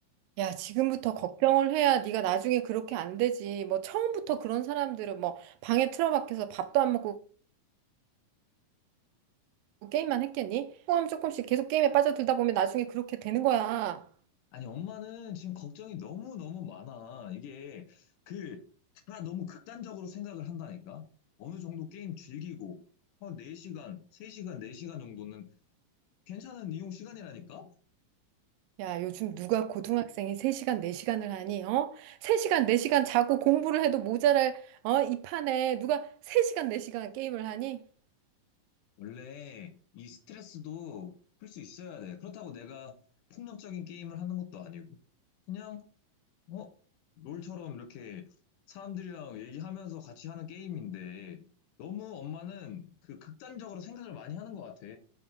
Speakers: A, on the right (about 80°); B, on the left (about 75°).
A: 야, 지금부터 걱정을 해야 네가 나중에 그렇게 안 되지. 뭐 처음부터 그런 사람들은 뭐 방에 틀어박혀서 밥도 안 먹고 게임만 했겠니? 조금 조금씩 계속 게임에 빠져들다 보면 나중에 그렇게 되는 거야.
B: 아니, 엄마는 지금 걱정이 너무너무 많아. 이게, 그, 다 너무 극단적으로 생각을 한다니까? 어느 정도 게임 즐기고, 한 4시간, 3시간, 4시간 정도는 괜찮은 이용 시간이라니까?
A: 야, 요즘 누가 고등학생이 3시간, 4시간을 하니? 어? 3시간, 4시간 자고 공부를 해도 모자랄 어? 이 판에 누가 3시간, 4시간 게임을 하니?
B: 원래 이 스트레스도 풀 수 있어야 돼. 그렇다고 내가 폭력적인 게임을 하는 것도 아니고, 그냥, 어? 롤처럼 이렇게 사람들이랑 얘기하면서 같이 하는 게임인데, 너무 엄마는 그 극단적으로 생각을 많이 하는 것 같아.